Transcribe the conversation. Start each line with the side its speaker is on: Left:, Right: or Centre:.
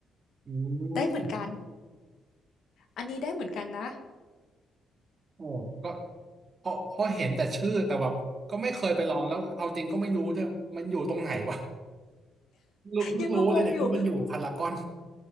Right: อื
Left: ได้เหมือนกัน
Right: ม
Left: อันนี้ได้เหมือนกันนะ
Right: โอ้ก็เพราะเพราะเห็นแต่ชื่อแต่แบบก็ไม่เคยไปลองแล้วเอาจริงก็ไม่รู้ด้วยมันอยู่ตรงไหนวะ รู้เพิ่งรู้เลยเนี่ยว่ามันอยู่พารากอน
Left: ยังงงๆอยู่